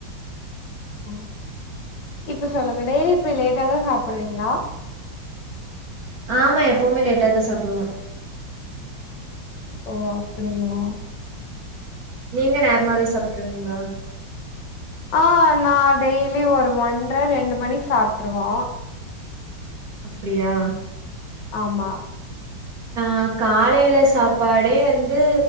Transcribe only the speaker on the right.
ஆமா எப்பவுமே லேட்டா தா சாப்புடுவோம்
நீங்க நேரமாவே சாப்ட்ருவீங்களா
அப்டியா
நா காலை வீட்ல சாப்பாடே வந்து